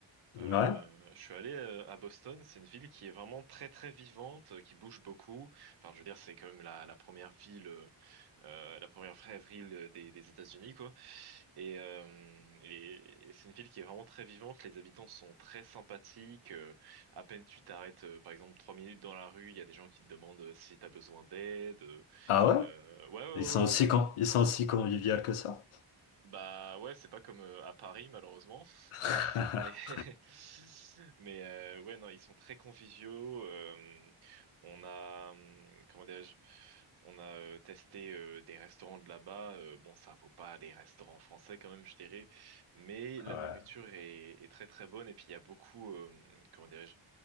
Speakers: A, on the left; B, on the right.
A: Ouais.
B: Euh, je suis allé euh, à Boston, c'est une ville qui est vraiment très très vivante, euh, qui bouge beaucoup. Enfin, je veux dire, c'est quand même la, la première ville, euh, euh, la première vraie ville euh, des, des États-Unis, quoi. Et, euh, et, et c'est une ville qui est vraiment très vivante. Les habitants sont très sympathiques. euh, à peine tu t'arrêtes, euh, par exemple, trois minutes dans la rue, il y a des gens qui te demandent euh, si t'as besoin d'aide.
A: Ah ouais?
B: euh, ouais, ouais, ouais,
A: Ils sont aussi
B: ouais.
A: con-
B: ouais.
A: ils sont aussi conviviaux que ça.
B: Bah ouais, c'est pas comme euh, à Paris malheureusement,
A: <laughs>
B: <laughs> mais <laughs> mais euh, ouais non, ils sont très conviviaux. euh, on a hum, comment dirais-je, on a euh, testé euh, des restaurants de là-bas. euh, bon, ça vaut pas les restaurants français quand même, je dirais, mais la
A: Ouais.
B: nourriture est, est très très bonne et puis il y a beaucoup euh, comment dirais-je,